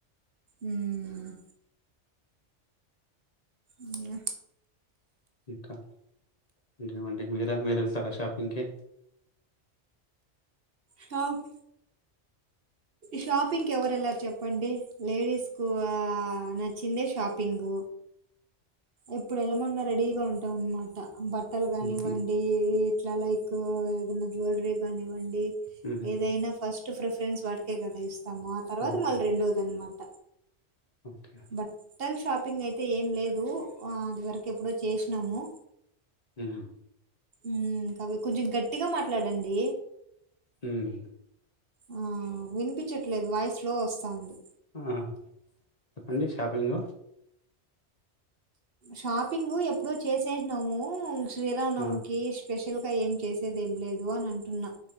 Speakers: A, on the right; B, on the left.
A: మ్మ్ ఇంగా
B: ఇంకా ఇంకేమండి మీర మీరు వెళ్తారా షాపింగ్కి
A: హాబ్ షాపింగ్ కి ఎవరెల్లరు చెప్ చెప్పండి లేడీస్ కు నచ్చిందే షాపింగ్ ఎప్పుడు ఎలమన్నా రెడీగా ఉంటాం అనమాట బట్టలు కానివ్వండి
B: హుహు.
A: ఇట్లా లైక్ ఏదైనా జ్యువెలరీ కానివ్వండి
B: హుహు.
A: ఏదైనా ఫస్ట్ ట్ ప్రిఫరెన్స్ ఎ కద ఇస్ తాము ఆ తర్వాత
B: హుహు.
A: మళ్ళీ రెండోద అనమాట
B: ఓకే.
A: బట్టల షాప్ ప్పింగ్ అయితే ఏం లేదు ఆ అది వరకు ఎప్పుడో చేసినాము
B: మ్మ్
A: మ్మ్ కాబ కొంచెం గట్టిగా మాట్లాడండి
B: హ్మ్.
A: ఆ వినిపించట్టు నీది వాయిస్ స్లో వస్తాంది
B: ఆ చెప్పండి షాపింగ్
A: షాపింగ్ ఎప్పుడో చేసేసినాము శ్రీ రామ నవమి
B: ఆ!
A: కి స్పెషల్గా ఏం చేసేది ఏంలేదు అని అంటున్నా